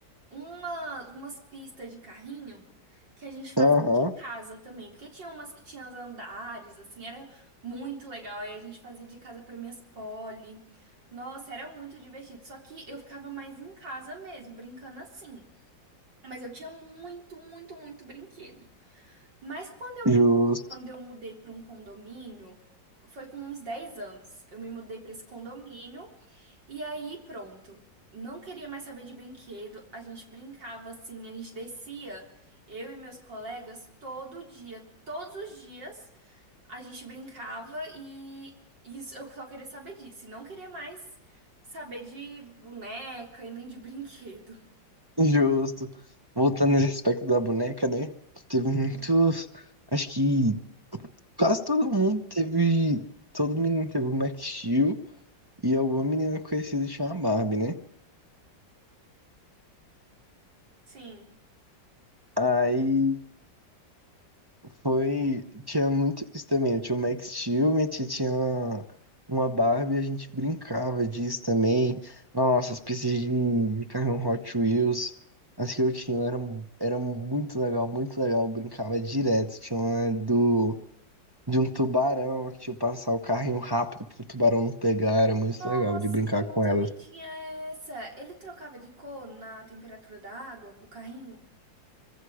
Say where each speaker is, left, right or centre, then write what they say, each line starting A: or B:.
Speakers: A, on the right (about 70°); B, on the right (about 20°).
A: uma, umas pistas de carrinho que a gente fazia
B: Aham,
A: de casa também, porque tinha umas que tinham os andares, assim, era muito legal. Aí a gente fazia de casa para minhas poli. Nossa, era muito divertido. Só que eu ficava mais em casa mesmo, brincando assim. Mas eu tinha muito, muito, muito brinquedo. Mas quando eu
B: justo.
A: me, quando eu mudei para um condomínio, foi com uns 10 anos. Eu me mudei para esse condomínio e aí, pronto. Não queria mais saber de brinquedo. A gente brincava assim, a gente descia, eu e meus colegas, todo dia, todos os dias, a gente brincava e isso eu só queria saber disso. E não queria mais saber de boneca e nem de brinquedo.
B: Justo. Voltando nesse aspecto da boneca, né? Teve muitos.
A: Hum,
B: Acho que quase todo mundo teve. Todo menino teve o Max Steel e alguma menina conhecida tinha uma Barbie, né?
A: Sim.
B: Aí foi. Tinha muito isso também. Eu tinha o Max Steel, minha tia tinha uma, uma Barbie, a gente brincava disso também. Nossa, as pistas de, de carrinho Hot Wheels. As que eu tinha era, era muito legal, muito legal. Eu brincava direto. Tinha uma do. de um tubarão, que tipo, passar o carrinho rápido pro tubarão não pegar, era muito
A: Nossa,
B: legal de brincar
A: meu irmão
B: com
A: também
B: elas.
A: tinha essa. Ele trocava de cor na temperatura da água, o carrinho.